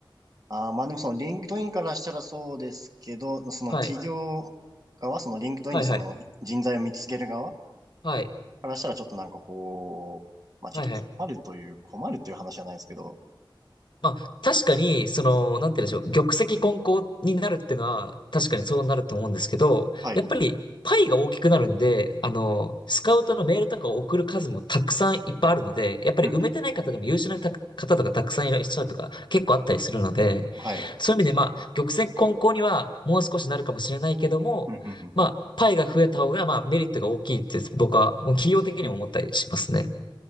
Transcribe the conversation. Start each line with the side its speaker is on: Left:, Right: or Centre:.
Right: ああ、まあでもそのリンクドインからしたらそうですけど、その企業側、
Left: はい。
Right: そのリンクドインでその人材を見つける側
Left: はいはい。はい。
Right: からしたらちょっとなんかこう、まあちょっと困るという、
Left: はいはい。
Right: 困るという話じゃないですけど、
Left: まあ、確かに、その、なんて言うんでしょう、玉石混交になるってのは、確かにそうなると思うんですけど、
Right: はい。
Left: やっぱり、パイが大きくなるんで、あの、スカウトのメールとかを送る数もたくさんいっぱいあるので、やっぱり埋めてない方でも優秀なた方とかたくさんいらっしゃるとか結構あったりするので、
Right: うん、うん、うんうん。はい。
Left: そういう意味でまあ、玉石混交にはもう少しなるかもしれないけども、
Right: うん、うん、
Left: まあ、
Right: うん、
Left: パイが増えた方がまあメリットが大きいって僕は企業的にも思ったりしますね。
Right: うん。